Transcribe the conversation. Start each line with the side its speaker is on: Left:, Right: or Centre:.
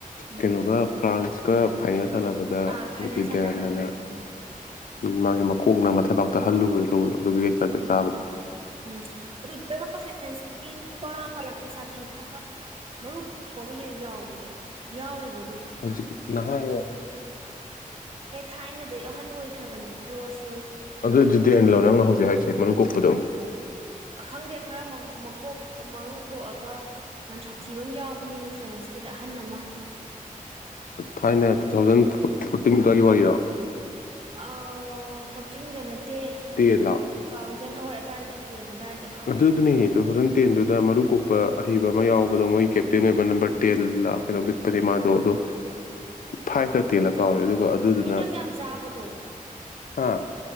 Right: ꯎꯝ
Left: ꯀꯩꯅꯣꯒ ꯐ꯭ꯔꯥꯟꯁꯀ ꯐꯥꯏꯅꯦꯜ ꯁꯥꯟꯅꯕꯗ
Right: ꯑꯥ ꯐꯥꯏꯅꯦꯜ
Left: ꯅꯨꯡꯇꯤ
Right: ꯁꯥꯟꯅꯕꯗꯣ
Left: ꯌꯥꯟꯗꯅ
Right: ꯎꯝ
Left: ꯃꯥꯒꯤ ꯃꯀꯣꯛꯅ ꯃꯊꯕꯥꯛꯇ ꯍꯜꯂꯨꯕꯗ ꯇꯧꯕꯗꯣ ꯑꯗꯨꯒꯤ ꯔꯦꯗꯀꯥꯠꯀ
Right: ꯎꯝ
Left: ꯆꯥꯕꯗꯣ
Right: ꯎꯝ ꯑꯗꯨꯗ ꯐ꯭ꯔꯦꯟꯁꯀꯤ ꯅꯨꯄ ꯌꯥꯝ ꯁꯥꯊꯤ ꯃꯔꯨ ꯀꯣꯛꯄ ꯑꯃ ꯍꯦꯛ ꯌꯥꯎꯕꯗꯣ ꯌꯥꯎꯔꯤꯕꯣ
Left: ꯍꯧꯏꯖꯤꯛ ꯅꯍꯥꯔꯣ
Right: ꯊꯥꯏꯅꯗꯒꯤ ꯑꯍꯟ ꯑꯣꯏꯈ꯭ꯔꯕꯅꯦ ꯀ꯭ꯂꯣꯁ
Left: ꯑꯗꯨ ꯗꯤꯇꯦꯟ ꯂꯣ ꯅꯪꯅ ꯍꯧꯖꯤꯛ ꯍꯥꯏꯁꯦ ꯃꯔꯨ ꯀꯣꯛꯄꯗꯣ
Right: ꯑꯈꯪꯗꯦ ꯈꯔ ꯃꯀꯣꯛ ꯃꯔꯨ ꯀꯣꯛꯑꯒ ꯌꯥꯝ ꯁꯥꯊꯤꯕ ꯑꯃ ꯌꯥꯎꯕꯅꯤꯅꯦ ꯐ꯭ꯔꯦꯟꯁ ꯀꯤꯗ ꯑꯍꯟ ꯑꯃ
Left: ꯊꯥꯏꯅꯦ ꯇꯨ ꯊꯥꯎꯖꯟ ꯐꯣꯔꯇꯤꯟꯗꯨꯋꯥꯏꯒꯤ ꯋꯥꯔꯤꯔꯣ
Right: ꯑꯥ ꯐꯣꯔꯇꯤꯟꯒ ꯅꯠꯇꯦ
Left: ꯇꯦꯟ ꯂꯥꯎ
Right: ꯇꯨ ꯊꯥꯎꯖꯟ ꯑꯍꯣꯏ ꯑꯗꯨꯋꯥꯏꯗ ꯇꯦꯟ ꯑꯗꯨꯋꯥꯏꯗ ꯑꯥ
Left: ꯑꯗꯨꯗꯨꯅꯦꯌꯦ ꯑꯗꯨꯅ ꯑꯗꯨ ꯗ ꯃꯔꯨ ꯀꯣꯛꯄ ꯑꯍꯩꯕ ꯑꯃ ꯌꯥꯎꯕꯗꯣ ꯃꯣꯏꯒꯤ ꯀꯦꯞꯇꯦꯟ ꯑꯣꯏꯕ ꯅꯝꯕꯔ ꯇꯦꯟ ꯀꯩꯅꯣ ꯂꯤꯠꯄꯅꯦ ꯃꯥꯗꯣ ꯑꯗꯣ ꯐꯥꯏꯚꯇ ꯇꯦꯜꯂ ꯀꯥꯎꯔꯦ ꯑꯗꯨꯒ ꯑꯗꯨꯗꯨꯅ
Right: ꯃꯤꯅꯝ ꯌꯥꯝ ꯆꯥꯕꯗꯣ
Left: ꯍꯥ